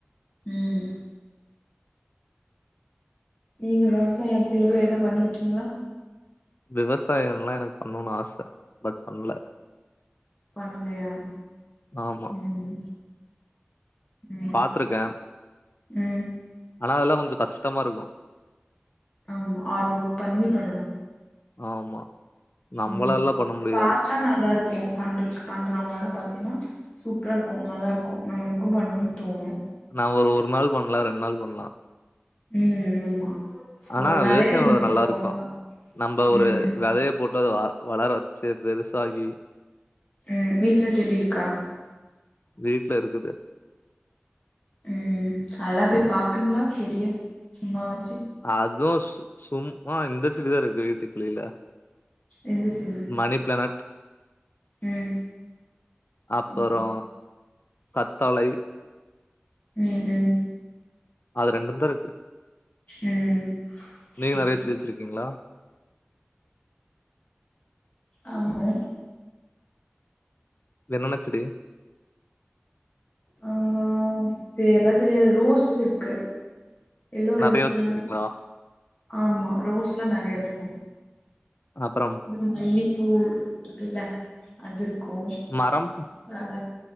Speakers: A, on the left; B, on the left.
A: உம் நீங்க விவசாய இடத்துல போய் எது பண்ணிருக்கீங்ளா
B: விவசாயோல்லா எனக்கு பண்ணுன்னு ஆச பட் பண்ல
A: பண்லயா
B: ஆமா
A: ம் ம்
B: பாத்துருக்கே
A: ம்
B: ஆனா அதெல்லா கொஞ்சோ கஷ்டமா இருக்கு
A: ஆமா ஹாட் ஒர்க் பண்ணி பண்ணனு
B: ஆமா நம்மளாலலா
A: ம்
B: பண்ண முடியாது.
A: பார் த்தா நல்லாருக்கு பண்றக்கு பண்றவங்கல்லா பாத்தீன்னா சூப்பரா இருக்கு நல்லா இருக்கு நம்மளுக்கு பண்ணுனு தோனு
B: நா ஒரு ஒரு நாள் பண்லா ரெண் நாள் பண்லா
A: ம் ஆமா
B: ஆனா
A: ஒரு நாளே
B: விவசாயிங்களுக்கு
A: நம்மளுக்கு
B: நல்லா இருக்கு
A: அவ்ளோதா
B: நம்ம ஒரு
A: ம்
B: விதைய போட்டு அத வளர வச்சு பெருசாகி
A: ம் வீட்ல செடி இருக்கா
B: வீட்ல இருக்குது
A: ம் அதெல்லா போய் பாப்பீங்ளா செடியா சும்மா வாச்சு
B: அதுவு சும்மா இந்த செடிதா இருக்கு வீட்டுக்குள்ளையில
A: எந்த செடி
B: மணி பிளானட்
A: ம்
B: அப்பறோ
A: ம்
B: கத்தாளை
A: ம் ம்
B: அது ரெண்டும் தா இருக்கு
A: ம்
B: நீங்க
A: சேரி
B: நெறைய
A: சேரி
B: செடி வெச்சிருக்கீங்ளா
A: ஆம்கோ
B: என்னென்ன செடி
A: ஆங்கோ பேர்ல்லா தெரியாது ரோஸ் இருக்கு எல்லோ
B: நெறைய
A: ரோஸ்சு
B: வச்சிருக்கீங்களா?
A: ஆமா ரோஸ்ல்லா நெறைய இருக்கு
B: அப்பறம்
A: ம் மல்லிப்பூ இருக்குல அது இருக்கு
B: மரம்
A: கல